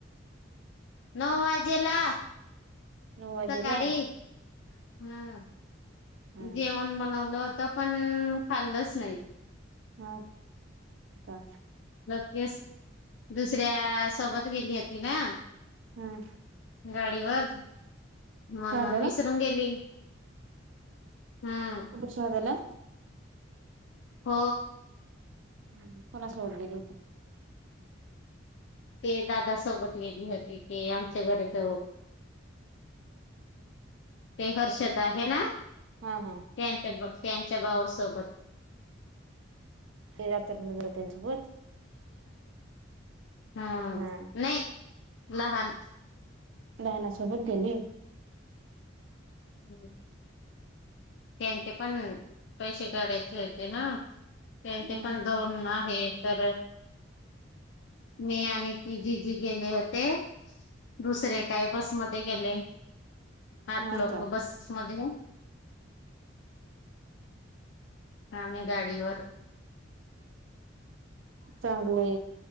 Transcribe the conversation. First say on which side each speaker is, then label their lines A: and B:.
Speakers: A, on the left (about 60°); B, on the right (about 75°).
A: नऊ वाजेला
B: नऊ वाजेला
A: सकाळी हा.
B: हा
A: जेवण बनवलं होत पण खाल्लच नाही.
B: हा. का
A: लगेच दुसऱ्या सोबत गेली होती ना.
B: हम्म.
A: गाडीवर म्हणून
B: शहाद्याला
A: विसरून गेली. हा
B: कुठ शाहदाला.
A: हो.
B: ह कोणा सोबत गेली होती.
A: ते दादा सोबत गेली होती की आमच्या घर च ते हर्षद आहे ना
B: हा हा
A: त्यांच्यात बघ. त्यांच्या भाऊसोबत.
B: रतर <unintelligible> त्यांसोबत.
A: हम्म
B: हा
A: नाही लहान.
B: नयनासोबत गेली.
A: <inaudible> त्यांचे पण पैसे काढायचे होते ना. त्यांचे
B: हम्म
A: पण दोन आहेत. तर मी आण की जीजी गेले होते. दुसरे काय बसमध्ये गेले. आठ
B: हा
A: लोक
B: का
A: बस मध्ये आम्ही गाडीवर.
B: चांगलय.